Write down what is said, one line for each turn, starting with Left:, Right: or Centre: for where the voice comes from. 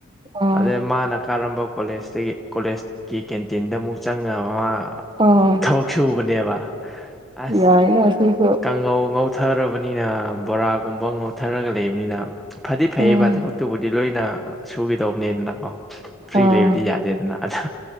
Right: ꯑꯥ
Centre: ꯑꯗꯩ ꯃꯥꯅ ꯀꯥꯔꯝꯕ ꯀꯣꯂꯦꯖꯇꯒꯤ ꯀꯣꯂꯦꯖꯀꯤ ꯀꯦꯟꯇꯤꯟꯗ ꯑꯃꯨꯛ ꯆꯪꯉ ꯃꯥ
Right: ꯑꯥ
Centre: ꯊꯕꯛ ꯁꯨꯕꯅꯦꯕ ꯑꯁ
Right: ꯌꯥꯏꯅ ꯁꯤꯁꯨ
Centre: ꯀꯪꯉꯧ ꯊꯔꯕꯅꯤꯅ ꯕꯣꯔꯥꯒꯨꯝꯕ ꯉꯧꯊꯔꯒ ꯂꯩꯕꯅꯤꯅ ꯐꯗꯤ ꯐꯩꯌꯦꯕ
Right: ꯎꯝ
Centre: ꯊꯕꯛꯇꯨꯕꯨꯗꯤ ꯂꯣꯏꯅ ꯁꯨꯒꯗꯧꯕꯅꯤꯗꯅꯀꯣ ꯐ꯭ꯔꯤ
Right: ꯑꯥ
Centre: ꯂꯩꯕꯗꯤ ꯌꯥꯗꯦꯗꯅ ꯑꯗ